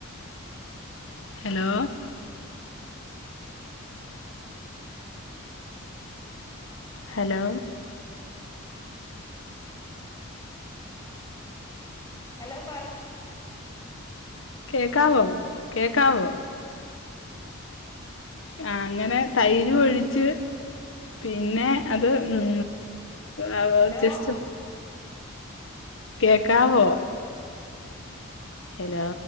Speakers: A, on the left; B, on the left.
A: ഹലോ ഹലോ
B: ഹലോ പറ
A: കേക്കാവോ, കേക്കാവോ? ആഹ്, അങ്ങനെ തൈര് ഒഴിച്ച് പിന്നെ അത് ഉം അ
B: ഹലോ
A: ജസ്റ്റ് കേക്കാവോ ഹലോ